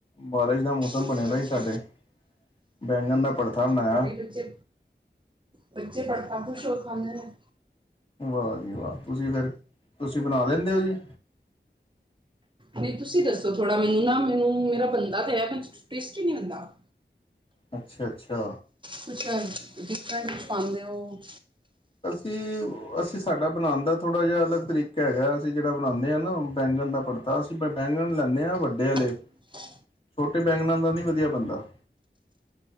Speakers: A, on the left (about 30°); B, on the right (about 25°).
A: ਬਾਰਿਸ਼ ਦਾ ਮੌਸਮ
B: ਅੱਛਾ
A: ਬਣਿਆ ਦਾ
B: ਅੱਛਾ ਅੱਛਾ
A: ਸੀ ਸਾਡੇ- ਬੈਂਗਨ ਦਾ ਪੜਥਾ ਬਣਾਯਾ।
B: ਤੁਹਾਡੇ ਬੱਚੇ ਬੱਚੇ ਤਾਂ ਕਾਫੀ ਸ਼ੋਰ ਪਾਂਦੇ ਨੇ।
A: ਵਾ ਜੀ ਵਾ ਤੁਸੀਂ ਫੇਰ ਤੁਸੀਂ ਬਣਾ ਲੈਂਦੇ ਓ ਜੀ।
B: ਨਈ ਤੁਸੀਂ ਦੱਸੋ ਥੋੜ੍ਹਾ ਮੈਨੂੰ ਨਾ ਮੈਨੂੰ ਮੇਰਾ ਬਣਦਾ ਪਯਾ ਪਰ ਟੇਸਟੀ ਨੀ ਬਣਦਾ।
A: ਅੱਛਾ-ਅੱਛਾ।
B: ਕੁਛ ਡਿਫਰੈਂਟ ਪਾਂਦੇ ਓ
A: ਅਸੀਂ, ਅਸੀਂ ਸਾਡਾ ਬਣਾਣ ਦਾ ਥੋੜ੍ਹਾ ਜੇਹਾ ਅਲੱਗ ਤਰੀਕਾ ਹੈਗਾ ਅਸੀਂ ਜੇੜਾ ਬਣਾਣੇ ਆ ਨਾ ਬੈਂਗਨ ਦਾ ਪਰ ਤਾਂ ਅਸੀਂ ਤੇ ਬੈਂਗਣ ਲੈਂਣੇ ਆਂ ਵੱਡੇ ਆਲੇ
B: <unintelligible>
A: ਛੋਟੇ ਬੈਂਗਨਾਂ ਦਾ ਨੀ ਵਧੀਆ ਬਣਦਾ।